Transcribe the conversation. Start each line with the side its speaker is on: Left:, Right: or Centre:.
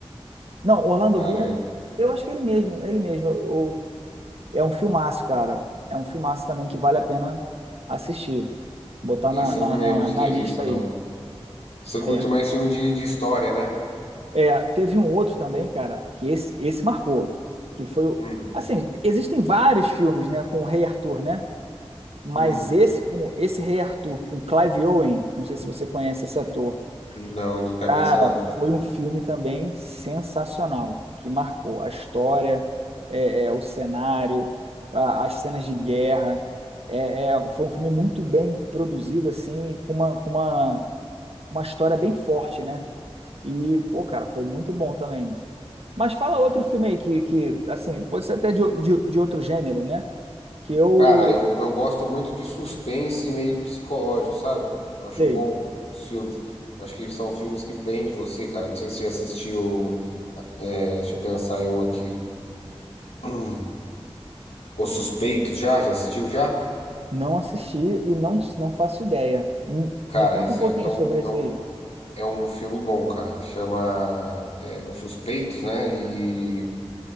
Right: Não, Orlando
Left: Cara,
Right: Bloom, eu acho que é ele mesmo, é ele mesmo. O- é um filmaço, cara. É um filmaço também que vale a pena assistir. Botar
Left: esse
Right: na, na,
Left: eu não
Right: na
Left: lembro de
Right: na
Left: ter
Right: lista
Left: visto, não.
Right: aí.
Left: Você curte
Right: É.
Left: mais filme de, de história, né?
Right: É, teve um outro também, cara, que esse, esse marcou. Que foi. o-
Left: Hum,
Right: Assim, existem vários filmes, né, com o Rei Arthur, né? Mas
Left: hum.
Right: esse com esse Rei Arthur, com Clive Owen, não sei se você conhece esse ator.
Left: Não, de cabeça
Right: Cara,
Left: não.
Right: foi um filme também sensacional, que marcou a história, é, é, o cenário, a- as cenas de guerra. É, é, foi um filme muito bem produzido, assim, com uma, com uma, uma história bem forte, né? E, pô, cara, foi muito bom também. Mas fala outro filme aí que, que assim, pode ser até de, o- de, de outro gênero, né? Que eu,
Left: Cara, eu, eu gosto muito de suspense meio que psicológico, sabe? Eu acho
Right: sei,
Left: bom os filmes. Eu acho que são filmes que prendem você, cara. Não sei se você já assistiu. é, deixa eu pensar em um aqui. <clears throat> Os Suspeitos já? Já assistiu já?
Right: não assisti e não, não faço ideia. Me,
Left: Cara,
Right: me conta
Left: esse
Right: um pouquinho
Left: é, é um,
Right: sobre esse
Left: é um,
Right: aí.
Left: é um filme bom, cara. Chama é, Os Suspeitos, né? E